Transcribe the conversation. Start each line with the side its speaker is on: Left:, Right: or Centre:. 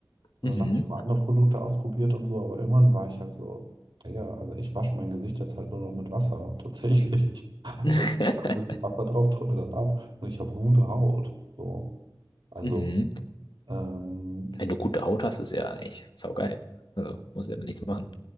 Right: Und
Left: Mhm.
Right: dann habe ich immer andere Produkte ausprobiert und so, aber irgendwann war ich halt so, Digga, also ich wasche mein Gesicht jetzt halt nur noch mit Wasser, <laughs> tatsächlich.
Left: <laughs>
Right: So, ich mach ein bisschen Wasser drauf, trockne das ab und ich habe gute Haut. So, also,
Left: Mhm.
Right: ähm,
Left: Wenn du gute Haut hast, ist ja eigentlich saugeil. Also muss ja nichts machen.